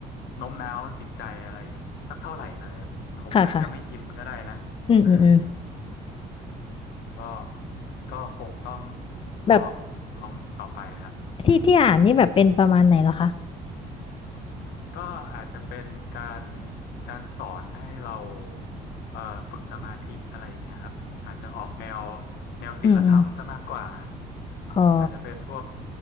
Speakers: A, on the left; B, on the left.
A: โน้มน้าวจิตใจอะไรสักเท่าไหร่เลยผมอาจจะไม่อินก็ได้นะเออ
B: ค่ะค่ะอืมอืมอืม
A: ก็ก็คงต้อง
B: แบบ
A: ลองลองต่อไปครับ
B: ที่ที่อ่านนี่แบบเป็นประมาณไหนเหรอคะ
A: ก็อาจจะเป็นการการสอนให้เราเอ่อฝึกสมาธิอะไรอย่างเงี้ยครับอาจจะออกแนวแนวศีลธรรมซะมากกว่า
B: อืมอืมขอ
A: อาจจะเป็นพวก